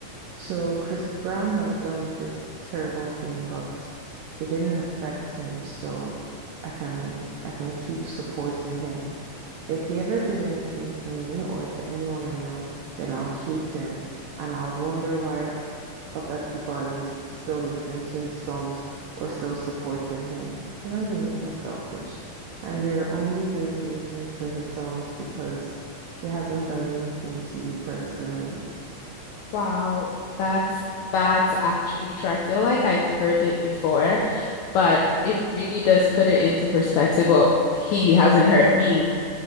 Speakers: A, on the right (about 80°); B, on the left (about 85°).
A: So Chris Brown has done this terrible thing, but it didn't affect me, so I can I can keep supporting him. If he ever did anything to me or to anyone I know, then I'll hate him and I'll wonder why other people are lis still listening to his songs or still supporting him. Human beings are selfish, and you're only going to listen to his songs because he hasn't done anything to you personally,
B: Wow, that's that's actually true. I feel like I've heard it before, but it really does put it into perspective. Well, he hasn't hurt me.